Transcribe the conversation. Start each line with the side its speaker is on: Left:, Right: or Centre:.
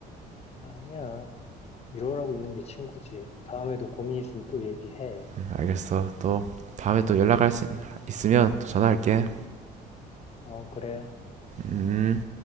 Left: 아니야. 이러라고 있는 게 친구지. 다음에도 고민 있으면 또 얘기해.
Right: 음, 알겠어. 또 다음에 또 연락할 수 있으면 또 전화할게.
Left: 어, 그래.
Right: 음.